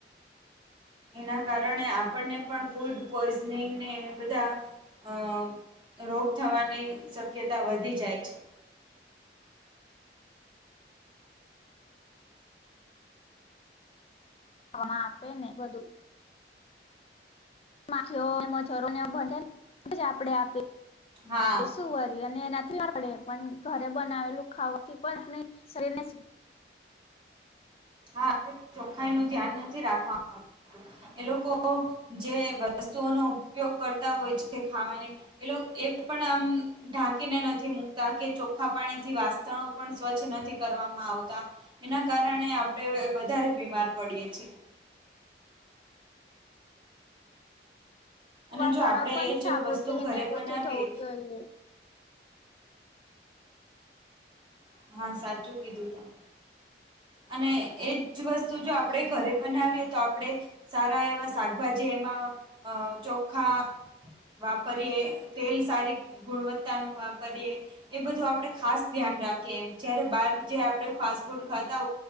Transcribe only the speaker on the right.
એના કારણે આપણને પણ ફૂડ પોઈઝનિંગને બધા અ રોગ થવાની શક્યતા વધી જાય છે.
હા
હા ચોખાઈ નું ધ્યાન નથી રાખવામાં એ લોકો જે વસ્તુઓનો ઉપયોગ કરતા હોય છે ખાવાની એટ એ પણ આમ ઢાંકીને નથી મુૂકતા કે ચોખ્ખા પાણી થી વાસ પણ સ્વચ્છ નથી કરવામાં આવતા એના કારણે આપ વધારે બીમાર પડીએ છીએ અને
જો આપણે
એ
જ વસ્તુ ઘરે
બનાવીએ
હા સાચું કીધું ત અને એજ વસ્તુ જો આપણે ઘરે બનાવીએ તો આપણે સારા એવા શાકભાજી એમાં અ ચોખા વાપરીએ તેલ સારી ગુણવત્તા નું વાપરીએ એ બધું આપડણે ખાસ ધ્યાન રાખીએ એમ જયારે બાર જે આપણે ફાસ્ટ ફૂડ હોય તો